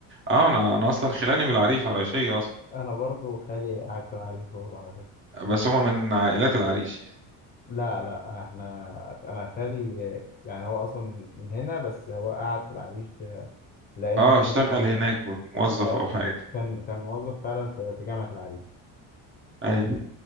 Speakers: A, on the right; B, on the left.
A: اه انا انا اصلا خلاني من العريش عريشية اصلا
B: انا برضو خالي قاعد في العريش برضو على فكرة
A: بس هما من عائلات العريش يعني
B: لا لا احنا انا خالي آه، يعني هو اصلا من من هنا بس هو قاعد في العريش آه، لانه
A: اه اشتغل
B: كان
A: هناك موظف
B: آه،
A: او حاجة
B: كان كان موظف فعلا في في جامعة العريش
A: ايوه